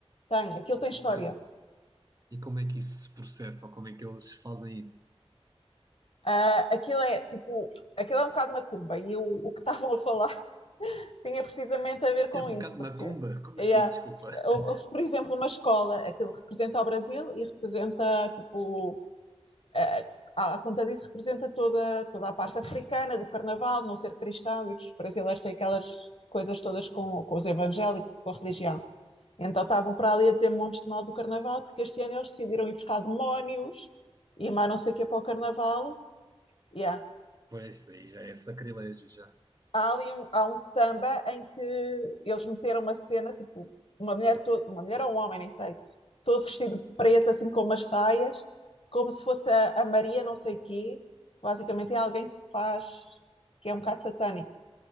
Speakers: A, on the left; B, on the right.
A: tem. Aquilo tem história.
B: Ok. E como é que isso se processa ou como é que eles fazem isso?
A: Ah, aquilo é tipo, aquilo é um bocado macumba. E o, o que estavam a falar <laughs> tinha precisamente a ver com
B: É um
A: isso,
B: bocado
A: porque
B: macumba, como
A: yeah,
B: assim, desculpa? <laughs>
A: houve, houve, por exemplo, uma escola, aquilo representa o Brasil e representa tipo Ah, a conta disso representa toda, toda a parte africana do carnaval, não ser cristão, e os brasileiros têm aquelas coisas todas com, com os evangélicos, com a religião. Então estavam para ali a dizer montes de mal do carnaval, porque este ano eles decidiram ir buscar demónios e mais não sei o que para o carnaval. Yeah.
B: Pois, aí já é sacrilégio já.
A: há ali um, há um samba em que eles meteram uma cena, tipo, uma mulher, toda, uma mulher ou um homem, nem sei, todo vestido de preto, assim com umas saias, como se fosse a, a Maria não sei quê, que basicamente é alguém que faz, que é um bocado satânico.